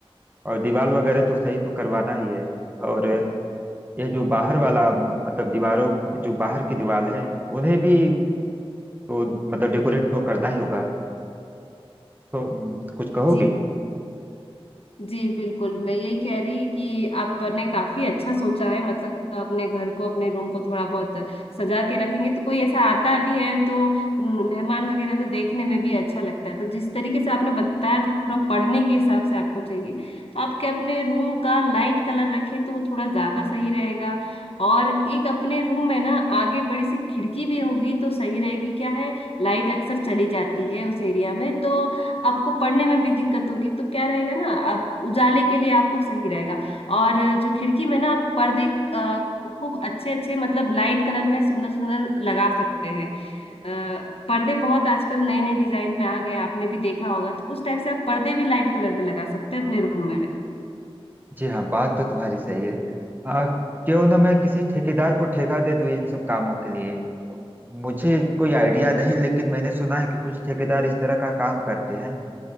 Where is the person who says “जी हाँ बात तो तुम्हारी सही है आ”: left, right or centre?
Right